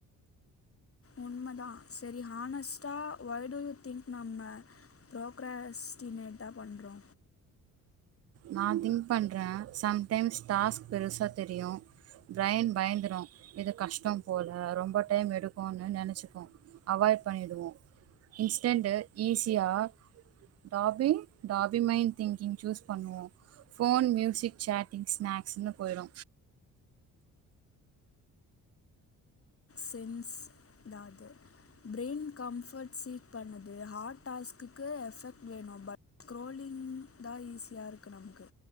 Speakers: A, on the left (about 30°); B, on the right (about 40°).
A: உண்மதா செரி ஹானஸ்ட்டா ஒய் டு யூ திங்க் நம்ம ப்ரோக்ரஸ்டிமேட்ட பண்றோ
B: நான் திங்க் பண்றே சம்டைம்ஸ் டாஸ்க் பெருசா தெரியு பிரைன் பயந்துரு இது கஷ்டம் போல ரொம்ப டைம் எடுக்குனு நெனச்சுப்போ அவாய்ட் பண்ணிடுவோ இன்ஸ்டன்டு ஈஸியா டாபிங் <unintelligible> திங்கிங் சூஸ் பண்ணுவோ ஃபோன் மியூசிக் சேட்டிங் ஸ்நாக்ஸ்னு போயிடு
A: சென்ஷ்தா அது ப்ரைன் கம்ஃபோர்ட் சீட் பண்ணுது ஹார்ட் டாஸ்க்கு எஃபக்ட் வேணு பட் க்ரோலிங் தா ஈஸியா இருக்கு நமக்கு